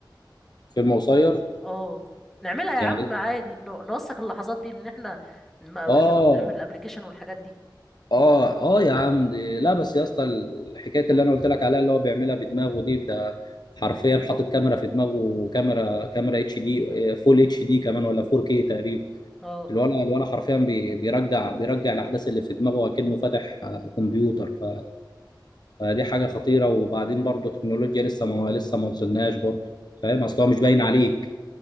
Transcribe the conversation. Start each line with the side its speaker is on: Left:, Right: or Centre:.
Left: فيلم قصير
Centre: اه نعملها يا
Left: يعني
Centre: عم عادي نو- نوثق اللحظات دي ان احنا ما واحنا
Left: اه
Centre: بنعمل الابليكيشن والحاجات دي
Left: اه اه يا عم دي لا بس يا اسطى الحكايه اللي انا قلت لك عليها اللي هو بيعملها بدماغه دي ده حرفيا حاطط كاميرا في دماغه وكاميرا كاميرا اتش دي فول اتش دي كمان ولا 4 كي تقريبا
Centre: اه
Left: الولا الولا حرفيا بي- بيرجع بيرجع الاحداث اللي في دماغه اكنه فاتح آه، كمبيوتر ف- فدي حاجه خطيره وبعدين برضه التكنولوجيا لسه ما لسه ما وصلناش برضه فاهم اصلها مش باين عليك